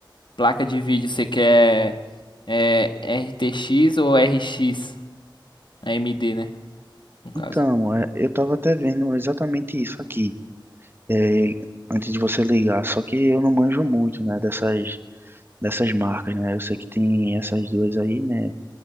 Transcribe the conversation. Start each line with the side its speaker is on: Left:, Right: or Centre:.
Left: Placa de vídeo, você quer é, RTX ou RX? AMD, né? No caso.
Right: Então, é, eu tava até vendo exatamente isso aqui, é, antes de você ligar, só que eu não manjo muito, né, dessas, dessas marcas, né? Eu sei que tem essas duas aí, né?